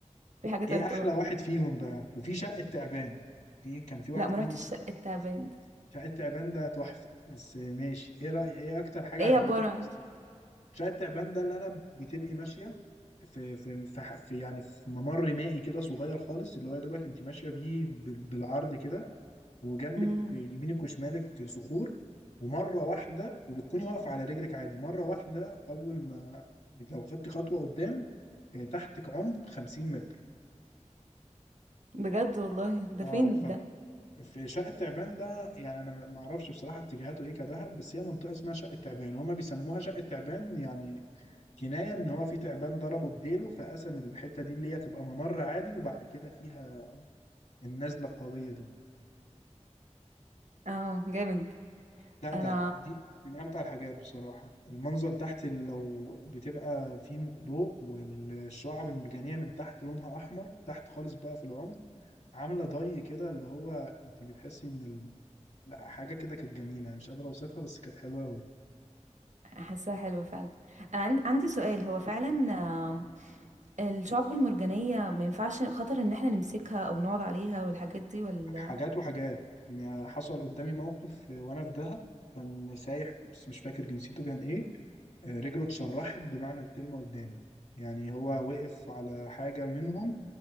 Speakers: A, on the right; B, on the left.
A: في حاجة تالتة
B: ايه احلى
A: بقى
B: واحد فيهم بقى وفي شقة تعبان في كان في واحد
A: لا ما
B: فيهم
A: رحتش
B: اسمه
A: شقة
B: شقة
A: تعبان دي.
B: شقة تعبان ده تحفة بس ماشي ايه رأي ايه اكتر حاجة
A: ايه
B: عجبتك
A: عبارة عن
B: في شقة تعبان ده اللي انا بتبقي ماشية في في في, ح- في يعني في ممر مائي كده صغير خالص اللي هو يا دوبك انت ماشية بيه بال- بالعرض كده وجنبك
A: مم.
B: يمينك وشمالك صخور ومرة واحدة وبتكوني واقفة على رجلك عادي مرة واحدة أول ما لو خدتي خطوة قدام آه، تحتك عمق 50 متر
A: بجد والله ده
B: اه
A: فين ده
B: ففي شقة تعبان ده يعني انا ما اعرفش بصراحة اتجاهاته ايه كدهب بس هي منطقة اسمها شقة تعبان هما بيسموها شقة تعبان يعني كناية ان هو في تعبان ضربه بديله فقسم الحتة دي اللي هي تبقى ممر عادي وبعد كده فيها النزلة القوية دي
A: اه جامد
B: لا
A: انا
B: ده دي من امتع الحاجات بصراحه المنظر تحت لو بتبقى فيه ضوء والشعب المرجانيه من تحت لونها احمر تحت خالص بقى في العمق عامله ضي كده اللي هو انت بتحسي ان ال... لا حاجه كده كانت جميله أنا مش قادر اوصفها بس كانت حلوه قوي
A: حاساها حلوة فعلا انا عند- عندي سؤال هو فعلا آم، الشعب المرجانية ما ينفعش خطر ان احنا نمسكها او نقعد عليها والحاجات دي ولا
B: حاجات وحاجات أنا حصل قدامي موقف وانا في دهب كان سايح بس مش فاكر جنسيته كان ايه آه، رجله اتشرحت بمعنى الكلمه قدامي يعني هو وقف على حاجه منهم